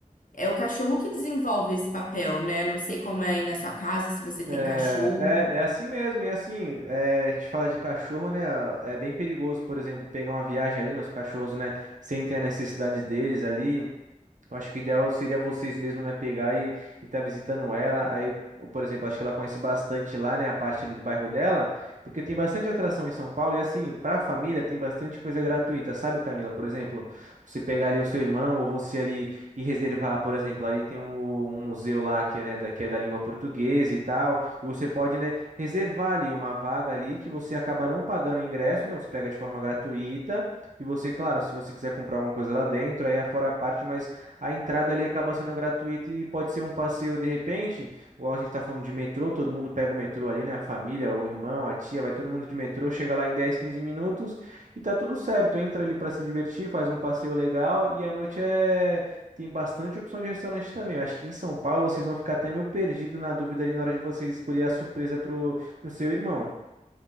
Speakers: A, on the left (about 80°); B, on the right (about 70°).
A: é o cachorro que desenvolve esse papel, né? Não sei como é aí na sua casa, se você tem
B: É,
A: cachorro.
B: é, é assim mesmo, e assim, é, a gente fala de cachorro, né? É bem perigoso, por exemplo, pegar uma viagem ali nos cachorros, né? Sem ter a necessidade deles ali. Eu acho que o ideal seria vocês mesmo, né, pegar e estar visitando ela. Aí, ou, por exemplo, acho que ela conhece bastante lá, né, a parte ali do bairro dela, porque tem bastante atração em São Paulo e assim, pra família tem bastante coisa gratuita, sabe, Camila? Por exemplo, você pegar ali o seu irmão ou você ali e reservar, por exemplo, ali tem um, um museu lá que é, né, da, que é da língua portuguesa e tal, e você pode, né, reservar ali uma vaga ali que você acaba não pagando o ingresso, né? Você pega de forma gratuita e você, claro, se você quiser comprar alguma coisa lá dentro, aí é fora a parte, mas a entrada ali acaba sendo gratuita e pode ser um passeio de repente, igual a gente tá falando de metrô, todo mundo pega o metrô ali, né? A família, o irmão, a tia, vai todo mundo de metrô, chega lá em 10 15 minutos e tá tudo certo. Entra ali pra se divertir, faz um passeio legal e à noite é tem bastante opção de restaurante também. Eu acho que em São Paulo vocês vão ficar até meio perdido na dúvida ali na hora de vocês escolher a surpresa pro, pro seu irmão.